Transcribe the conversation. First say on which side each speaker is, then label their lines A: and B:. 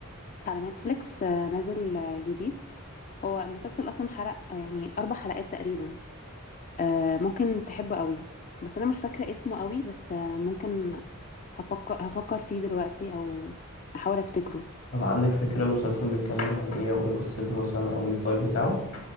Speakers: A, on the left; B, on the left.
A: على نتفليكس آه، نازل آه، جديد هو المسلسل اصلا حلق آه، يعني اربع حلقات تقريبا آه، ممكن تحبه قوي بس انا مش فاكره اسمه قوي بس آه، ممكن هفكر هفكر فيه دلوقتي او احاول افتكره
B: طب عندك فكره المسلسل بيتكلم عن ايه او ايه قصته مثلا او التايب بتاعه